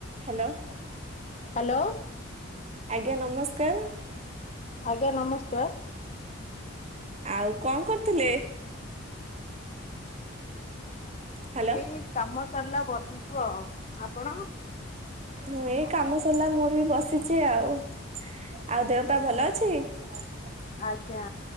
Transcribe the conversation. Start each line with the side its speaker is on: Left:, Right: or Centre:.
Right: Hello
Left: hello.
Right: ଆଜ୍ଞା ନମସ୍କାର।
Left: ଆଜ୍ଞା ନମସ୍କାର।
Right: ଆଉ ଙ୍କ କରୁଥିଲେ? ହ୍ୟାଲୋ
Left: ଏଇ କାମ ସରଲା ବସିଛୁ ଆଉ ଆପଣ
Right: ମୁଁ ଏଇ କାମ ସରଲା ମୋର ବି ବସିଛି ଆଉ। ଆଉ ଦେହପା ଭଲ ଅଛି? <unintelligible>
Left: ଆଜ୍ଞା